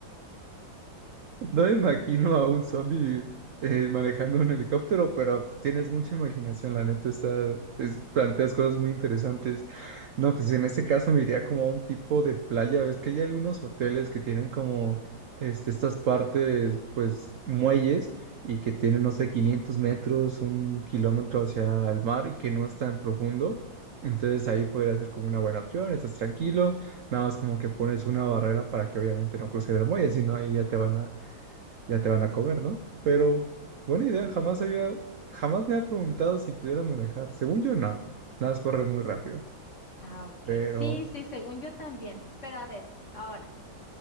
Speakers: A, on the right (about 65°); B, on the left (about 40°).
A: No me imagino a un zombie eh, manejando un helicóptero, pero pues, tienes mucha imaginación, la neta, está, es- planteas cosas muy interesantes. No, pues en este caso me iría como a un tipo de playa, ves que hay algunos hoteles que tienen como este, estas partes, pues muelles, y que tienen, no sé, 500 metros, un kilómetro hacia el mar y que no es tan profundo. Entonces ahí podría ser como una buena opción, estás tranquilo, nada más como que pones una barrera para que obviamente no cruce el muelle, si no ahí ya te van a ya te van a comer, ¿no? Pero buena idea, jamás había, jamás me ha preguntado si pudieran manejar. Según yo, no, nada más corren muy rápido,
B: Ah, ok.
A: pero...
B: Sí, sí, según yo también. Pero a ver, ahora,